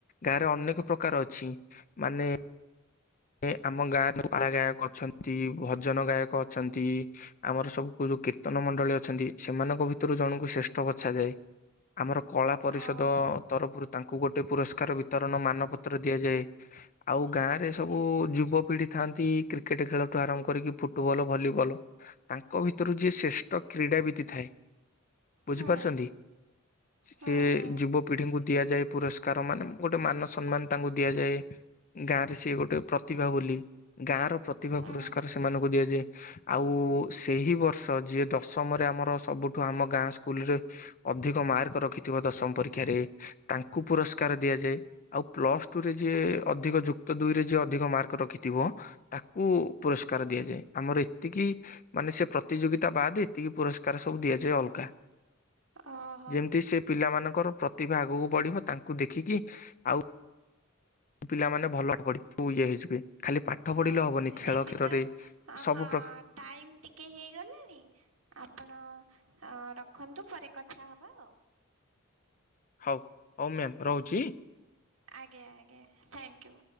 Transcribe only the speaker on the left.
ଗାଁରେ ଅନେକ ପ୍ରକାର ଅଛି ମାନେ ଏ ଆମ ଗାଁରେ ପାଲା ଗାୟକ ଅଛନ୍ତି ଭଜନ ଗାୟକ ଅଛନ୍ତି ଆମର ସବୁ ଯଉଁ କୀର୍ତ୍ତନ ମଣ୍ଡଳୀ ଅଛନ୍ତି ସେମାନଙ୍କ ଭିତରୁ ଜଣଙ୍କୁ ଶ୍ରେଷ୍ଠ ବଛାଯାଏ ଆମର କଳା ପରିଷଦ
ତରଫରୁ ତାଙ୍କୁ ଗୋଟେ ପୁରସ୍କାର ବିତରଣ ମାନପତ୍ର ଦିଆଯାଏ ଆଉ ଗାଁରେ ସବୁ ଯୁବପିଢି ଥାନ୍ତି କ୍ରିକେଟ ଖେଳଠୁ ଆରମ୍ଭ କରିକି ଫୁଟବଲ୍ ଭଲିବଲ୍ ତାଙ୍କ ଭିତରୁ ଯିଏ ଶ୍ରେଷ୍ଠ କ୍ରୀଡ଼ାବିତି ଥାଏ ବୁଝିପାରୁଛନ୍ତି
ସିଏ
ଯୁବପିଢିଙ୍କୁ ଦିଆଯାଏ ପୁରସ୍କାର ମାନେ ଗୋଟେ ମାନ ସମ୍ମାନ ତାଙ୍କୁ ଦିଆଯାଏ ଗାଁ ରେ ସିଏ ଗୋଟେ ପ୍ରତିଭା ବୋଲି ଗାଁର ପ୍ରତିଭା
ପୁରସ୍କାର ସେମାନଙ୍କୁ ଦିଆଯାଏ ଆଉ ସେହି ବର୍ଷ ଯିଏ ଦଶମରେ ଆମର ସବୁଠୁ ଆମ ଗାଁ ସ୍କୁଲରେ ଅଧିକ ମାର୍କ ରଖିଥିବ ଦଶମ ପରୀକ୍ଷାରେ ତାଙ୍କୁ ପୁରସ୍କାର ଦିଆଯାଏ ଆଉ ପ୍ଲସଟୁରେ ଯିଏ ଅଧିକ ଯୁକ୍ତ ଦୁଇରେ ଯିଏ ଅଧିକ ମାର୍କ ରଖିଥିବ ତାକୁ ପୁରସ୍କାର ଦିଆଯାଏ ଆମର ଏତିକି ମାନେ ସେ ପ୍ରତିଯୋଗିତା ବାଦ ଏତିକି ପୁରସ୍କାର ସବୁ ଦିଆଯାଏ ଅଲଗା।
ଯେମିତି ସେ ପିଲାମାନଙ୍କର ପ୍ରତିଭା ଆଗକୁ ବଢ଼ିବ ତାଙ୍କୁ ଦେଖିକି ଆଉ ପିଲାମାନେ ଭଲ ପ ସବୁ ଇଏ ହେଇଯିବେ। ଖାଲି ପାଠ
ପଢିଲେ ହବନି ଖେଳ
ଖେଳରେ
ସବୁ
ପ୍ରକାର
ହଉ ହଉ ମ୍ୟାମ୍ ରହୁଛି।